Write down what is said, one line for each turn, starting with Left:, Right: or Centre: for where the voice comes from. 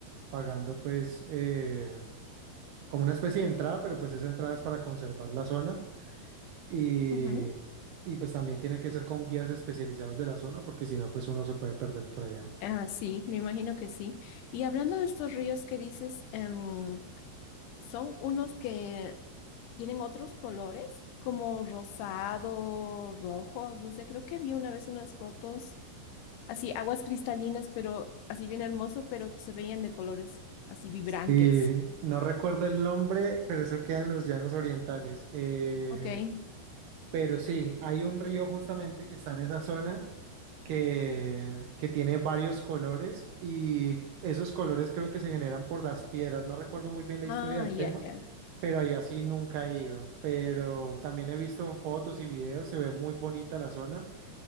Right: pagando pues eh, como una especie de entrada, pero pues esa entrada es para conservar la zona y,
Left: ujú.
Right: y pues también tiene que ser con guías especializados de la zona porque si no pues uno se puede perder por allá.
Left: Ah, sí, me imagino que sí. Y hablando de estos ríos que dices, em, son unos que tienen otros colores, como rosado, rojos, no sé, creo que vi una vez unas fotos, así aguas cristalinas, pero así bien hermoso, pero se veían de colores así vibrantes.
Right: Sí, no recuerdo el nombre, pero eso queda en los llanos orientales. Eh,
Left: Ok.
Right: Pero sí, hay un río justamente que está en esa zona que, que tiene varios colores y esos colores creo que se generan por las piedras. No recuerdo muy bien la
Left: Ah,
Right: historia del
Left: ya,
Right: tema,
Left: ya.
Right: pero allá sí nunca he ido. Pero también he visto fotos y videos, se ve muy bonita la zona